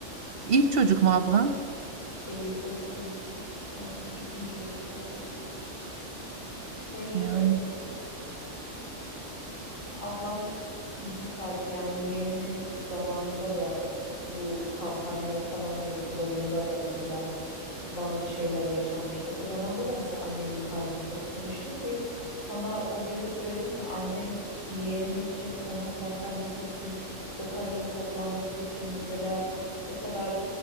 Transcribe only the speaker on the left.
değil ortanca çocuk yani ikinci çocuk pardon. Şöyle
söyle Ablam Yiğit Alp yani yeğenimin zamanında da bu kampanya falan mevzularında da mesela bazı şeyler yaşanmıştı. O zamanda da mesela annemin kalbini çok kırmıştı ki sana o gün de söyledim ya annem yeğenim için onun kampanyası için o paranın toplanması için mesela o kadar